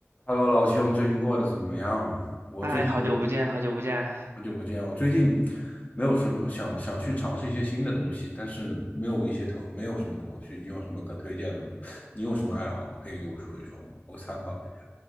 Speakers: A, on the left (about 35°); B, on the right (about 60°).
A: Hello，老兄，最近过得怎么样啊？我最近有
B: 嗨，好久不见，好久不见。
A: 好久不见，我最近没有什么想想去尝试一些新的东西，但是没有一些头，没有什么头绪。你有什么可推荐的吗？你有什么爱好吗？可以给我说一说吗？我参考一下。